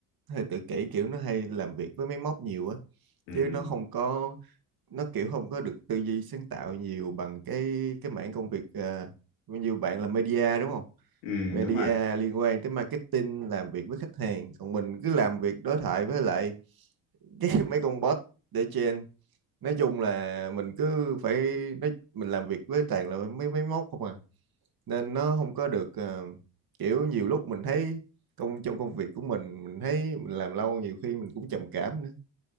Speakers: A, on the right; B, on the left.
A: nó hơi tự kỷ kiểu nó hay làm việc với máy móc nhiều á
B: ừ.
A: chứ nó không có nó kiểu không có được tư duy sáng tạo nhiều bằng cái cái mảng công việc à, nhiều bạn là media đúng không?
B: ừ
A: Media
B: đúng rồi
A: liên quan tới marketing làm việc với khách hàng còn mình cứ làm việc đối thoại với lại cái <laughs> mấy con bot để trên nói chung là mình cứ phải nói, mình làm việc với toàn là mấy máy móc không à nên nó không có được ờ, kiểu nhiều lúc mình thấy công trong công việc của mình mình thấy mình làm lâu nhiều khi mình cũng trầm cảm nữa